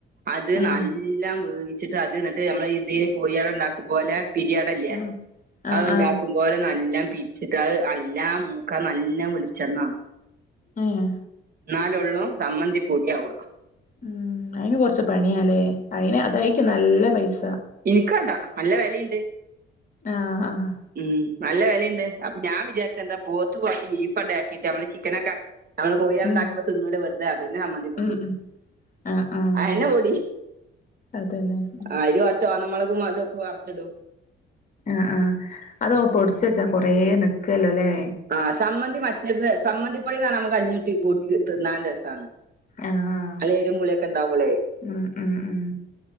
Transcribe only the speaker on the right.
അത്
നല്ല വേവിച്ചിട്ട് അത് ന്നിട്ട് നമ്മളെ ഇതി കോഴിട ഉണ്ടാക്കും പോലെ. പിരിയടല്ലേ
അത്ണ്ട
പോലെ നല്ല പിരിച്ചിട്ട് അത് നല്ലാം മൂക്കാ നല്ല വെളിച്ചെണ്ണ വേണം
എന്നാല ഉള്ളൂ സമ്മന്തി പൊടിയാവ.
എനിക്ക് കണ്ട നല്ല വിലയുണ്ട്.
ഉം നല്ല വിലയുണ്ട് അപ്പൊ ഞാൻ വിചാരിച്ച് എന്താ പോത്ത് കോറച് ബീഫ് ഉണ്ടയാക്കിട്ട് നമ്മള് ചിക്കനൊക്കെ നമ്മള് കോഴിഅട
ണ്ടാക്കുമ്പോ തിന്നൂല് വെറുതെ അതന്നെ സമ്മതി പൊടി
അയന്നെ പൊടി.
അയില് കുറച്ച് ചുവന്ന മുളകും അതൊക്കെ വർത്തിടും.
ആഹ് സമ്മന്തി മറ്റേത് സമ്മന്തി പൊടി നമ്മുക്ക് കഞ്ഞൂട്ടി കൂട്ടിതിന്നാന് രസാണ്.
നല്ലരും പുളിയൊക്കെ ഇണ്ടാവുംപളേ